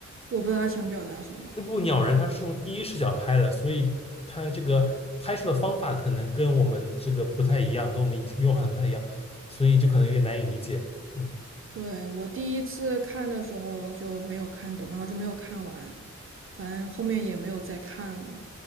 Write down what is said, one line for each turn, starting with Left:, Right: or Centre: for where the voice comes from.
Right: 我不知道他想表达什么。
Left: 那部《鸟人》它是用第一视角拍的，所以它这个拍摄的方法可能跟我们这个不太一样，跟我们以前用法的不太一样，所以就可能有点难以理解。嗯，
Right: 对，我第一次看的时候就没有看懂，然后就没有看完，反正后面也没有再看了。